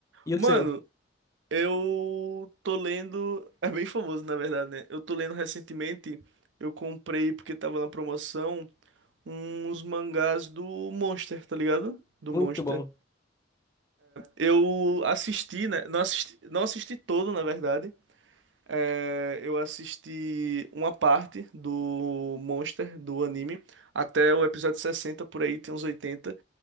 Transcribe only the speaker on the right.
Mano,
eu tô lendo. É bem famoso, na verdade, né? Eu tô lendo recentemente, eu comprei, porque tava na promoção, uns mangás do Monster, tá ligado? Do
Monster.
Eu assisti, né? Não assisti, não assisti todo, na verdade. É, eu assisti uma parte do Monster, do anime, até o episódio 60, por aí tem uns 80.